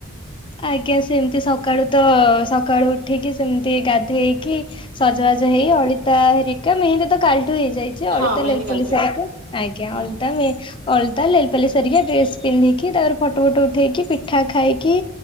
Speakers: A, on the left (about 25°); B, on the right (about 80°).
A: ଆଜ୍ଞା! ସେମିତି ସକାଳୁ ତ ସକାଳୁ ଉଠିକି ସେମିତି ଗାଧେଇେଇକି ହେଁ ସଜବାଜ ହେଇ ଅଳିତା ହେରିକା ମେହେନ୍ଦୀ ତ କାଲଠୁ ହେଇଯାଇଛି।
B: ହଁ
A: ଅଳିତା
B: ମେହେନ୍ଦୀ
A: ଲେଲପଲିସ
B: କାଲିଠୁ ହେଇଥିଲା
A: ହେରିକା ଆଜ୍ଞା!
B: ହୁଁ
A: ଅଳତା ନେ ଅଳତା ଲେଲପାଲି ହେରିକା ଡ୍ରେସ ପିନ୍ଧିକି, ତାପରେ ଫଟୋ ଫଟୁ ଉଠେଇକି ପିଠା ଖାଇକି